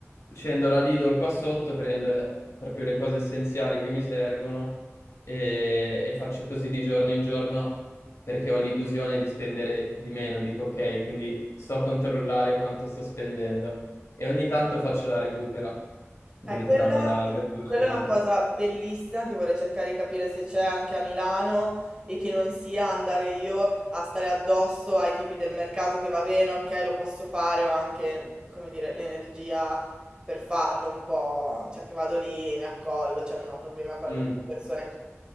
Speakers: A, on the left (about 70°); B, on the right (about 20°).
A: scendo la Lidl qua sotto, prendo proprio le cose essenziali che mi servono e, e faccio così di giorno in giorno perché ho l'illusione di spendere di meno. Dico ok, quindi so controllare quanto sto spendendo e ogni tanto faccio la recupera dove
B: Eh, quella,
A: ti danno la verdura
B: quella
A: gratis.
B: è una cosa bellissima che vorrei cercare di capire se c'è anche a Milano e che non sia andare io a stare addosso ai tipi del mercato che va bene, ok, lo posso fare, ho anche, come dire, l'energia per farlo un po', cioè che vado lì e mi accollo, cioè non ho problemi a parlare
A: Mm.
B: con le persone.